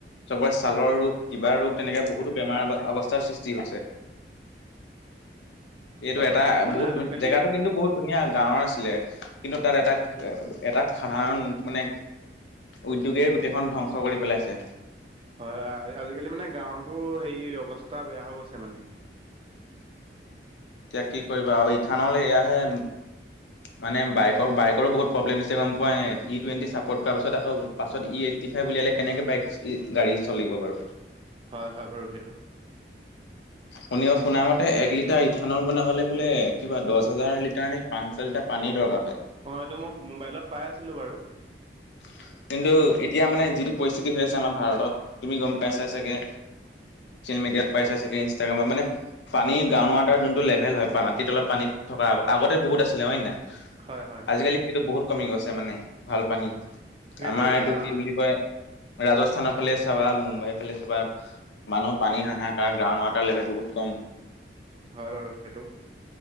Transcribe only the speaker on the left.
চবৰে ছালৰ ৰোগ কিবা ৰোগ। তেনেকে বহুতো বেমাৰ অৱস্থাৰ সৃষ্টি হৈছে। এইটো
এটা
বহুত
জেগাটো কিন্তু বহুত ধুনীয়া। গাঁওৰ আছিলে কিন্তু তাত এটা এটা সাধাৰণ মানে। উদ্যোগে গোটেইখন ধ্বংস কৰি পেলাইছে
এতিয়া কি কৰিবা আৰু ইথানল এয়াহে। মানে বাইকৰ বাইকৰো বহুত প্ৰব্লেম দিছে গম পোৱা ই টুৱেণ্টি চাপৰ্ট কৰাৰ পাছত আকৌ পাছত ই এইট উলিয়ালে কেনেকে বাইক গাড়ী চলিব বাৰু
শুন শুনা মতে এক লিটাৰ ইঠানল বনাবলে বোলে কিবা দহ হাজাৰ লিটাৰ নে পাঁচ হাজাৰ লিটাৰ পানী দৰকাৰ হয়
<unintelligible> কিন্তু এতিয়া মানে যিটো পৰিস্থিতি হৈ আছে আমাৰ ভাৰতত তুমি গম পাইছাই চাগে। মিডিয়াত পাইছা চাগে। মানে পানী গ্ৰাউণ্ড ৱাটাৰ যোনটো লেভেল হয় মাটিত তলত পানীত থকা আগতে বহুত আছিলে হয় নে নাই
আজিকালি সেইটো বহুত কমি গৈছে মানে ভাল পানী
আমাৰ
এইটো কি বুলি কয়। ৰাজস্থানৰ ফালে চাবা মুম্বাইৰ ফালে চাবা মানুহৰ পানী হাহাকাৰ গাওঁ তাৰ লেভেল বহুত কম